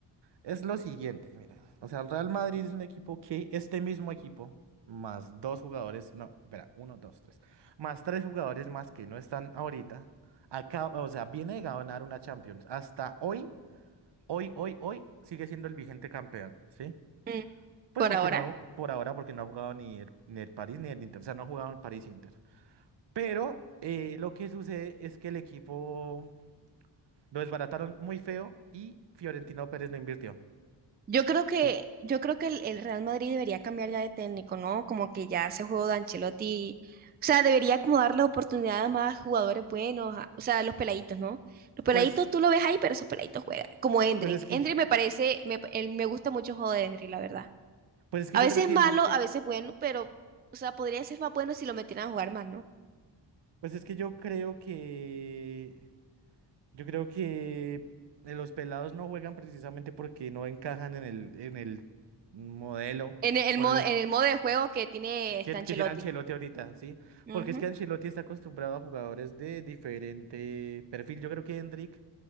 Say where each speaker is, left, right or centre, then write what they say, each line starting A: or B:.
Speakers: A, on the right (about 65°); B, on the right (about 25°).
A: Es lo siguiente, mira. O sea, el Real Madrid es un equipo que este mismo equipo, más dos jugadores, no, espera, uno, dos, tres, más tres jugadores más que no están ahorita, acaba, o sea, viene de ganar una Champions. Hasta hoy, hoy, hoy, hoy, sigue siendo el vigente campeón, ¿sí?
B: Mm.
A: Pues
B: por
A: porque
B: ahora.
A: no, por ahora, porque no ha jugado ni el, ni el París ni el Inter, o sea, no ha jugado el París Inter. Pero eh, lo que sucede es que el equipo lo desbarataron muy feo y Fiorentino Pérez no invirtió,
B: Yo creo que,
A: ¿sí?
B: yo creo que el, el Real Madrid debería cambiar ya de técnico, ¿no? Como que ya ese juego de Ancelotti, o sea, debería como darle oportunidad a más jugadores buenos, a- o sea, los peladitos, ¿no? Los peladitos
A: Pues,
B: tú lo ves ahí, pero esos peladitos juegan, como Endrick.
A: pues es que.
B: Endrick me parece, me, él- me gusta mucho el juego de Endrick, la verdad.
A: Pues es que
B: A
A: yo
B: veces
A: creo que
B: es malo,
A: entre,
B: a veces bueno, pero, o sea, podría ser más bueno si lo metieran a jugar más, ¿no?
A: pues es que yo creo que, yo creo que eh, los pelados no juegan precisamente porque no encajan en el, en el modelo,
B: En el, el
A: bueno,
B: modo,
A: les,
B: en el modo de juego que tiene este
A: que,
B: Ancelotti.
A: que tiene Ancelotti ahorita, ¿sí?
B: Ujú.
A: Porque es que Ancelotti está acostumbrado a jugadores de diferente perfil. Yo creo que Hendrik